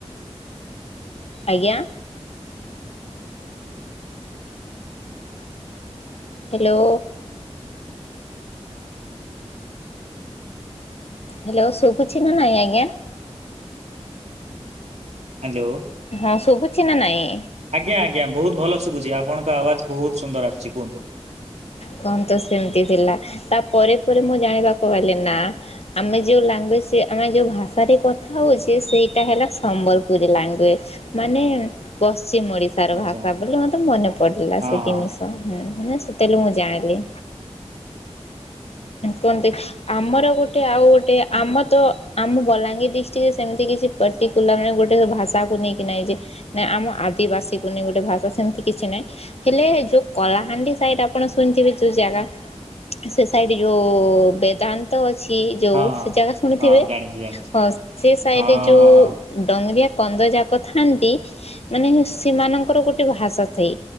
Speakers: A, on the left; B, on the right.
A: ଆଜ୍ଞା। ହ୍ୟାଲୋ ହ୍ୟାଲୋ ଶୁଭୁଛି ନା ନାହି ଆଜ୍ଞା?
B: ହ୍ୟାଲୋ
A: ହଁ ଶୁଭୁ ଛି ନା ନାଇଁ?
B: ଆଜ୍ଞା ଆଜ୍ଞା ବହୁତ ଭଲ ଶୁଭୁଛି ଆପଣଙ୍କ ଆୱାଜ ବହୁତ୍ ସୁନ୍ଦର ଆସୁଛି କୁହନ୍ତୁ।
A: ହୁଁ <unintelligible> ସେମିତି ଥିଲା ତାପରେ ପରେ ମୁଁ ଜାଣିବାକୁ ଗଲି ନା ଆମେ ଯୋଉ ଲାଙ୍ଗୁଏଜ୍ ଆମେ ଯୋଉ ଭାଷାରେ କଥା ହଉଛେ ସେଇଟା ହେଲା ସମ୍ବଲପୁରୀ ଲାଙ୍ଗୁଏଜ୍ ମାନେ ପଶ୍ ସେମ୍ ଓଡିଶାର ଭାଷା
B: ଆଚ୍ଛା
A: ବୋଲି ମତେ ମନେ ପଡିଲା
B: ହଁ
A: ସେ
B: ହଁ
A: ଜିନିଷ ହୁଁ। ୟେସ୍। ସେତେଲେ ମୁଁ ଜାଣିଲି। କୁହନ୍ତି ଆମର ଗୋଟେ ଆଉ <unintelligible> ଆମ ତ ଆମ ବଲାଙ୍ଗୀର ଡିଷ୍ଟ୍ରିକ୍ଟରେ ସେମିତି କିଛି ପର୍ଟିକୁଲାର ମାନେ ଗୋଟେ <unintelligible> ଭାଷାକୁ ନେଇକି ନାଇଁ ଯେ ନା ଆମ ଆଦିବାସୀକୁ ନେଇ ଗୋଟେ ଭାଷା ସେମିତି କିଛି ନାଇଁ ହେଲେ ଯୋଉ କଳାହାଣ୍ଡି ସାଇଡ୍ ଆପଣ ଶୁଣିଥିବେ ଯୋଉ ଜାଗା ଚୁ ସେ <unintelligible> ଯୋଉ ବେଦାନ୍ତଅଅ ଅ ଅଛି ଯୋଉ
B: ହଁ ହଁ।
A: ସେ ଜାଗା ଶୁଣିଥିବେ,
B: ହଁ ଜାଣିଛି ଜାଣିଛି
A: ହଁ ସେ ସାଇଡରେ
B: ହଁ
A: ଯୋଉଉଉ
B: ହଁ
A: ଡଙ୍ଗରିଆ କନ୍ଧଯାକ ଥାନ୍ତି ମାନେ ସେମାନଙ୍କର ଗୋଟେ ଭାଷା ସେଇ